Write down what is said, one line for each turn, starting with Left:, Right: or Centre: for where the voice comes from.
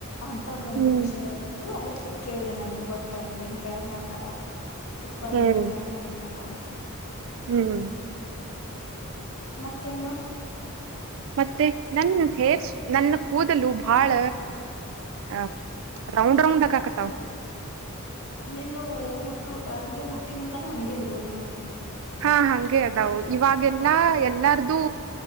Left: ಅಂತದ ಒಂದು
Right: ಹ್ಮ್
Left: ವಿಷಯ ಇತತ್ತು ಅದಕ್ಕೆ ಕೇಳ್ದೇ ನನ್ ನಿಂಗ್ ಗೊತ್ತಾ ಹೆಂಗ ಹೆಂಗ್ ತಯಾರ್ು ಮಾಡ್ತಾರಾ ಉತ್ಪಾದನೆ
Right: ಹ್ಮ್
Left: ಮಾಡ್ತಾರೆ ಕರೆಂಟ್ ಎಲ್ಲ
Right: ಹ್ಮ್
Left: ಮತ್ತೇನು
Right: ಮತ್ತೆ ನನ್ನ ಹೇರ್ ನನ್ನ ಕೂದಲು ಬಹಳ ಹ ರೌಂಡ್ ರೌಂಡ್ ಕಾ ಕತ
Left: ನೀನು ಹುಟ್ಟು ಅಂದ್ರೆ ಹುಟ್ಟಿನಿಂದನೂ ಹಂಗೆ ಇರ್ಬೋದೇನೋ
Right: ಹಾ ಹಗೆ ಅದ ಇವಾಗೆಲ್ಲಾ ಎಲ್ಲಾರ್ದು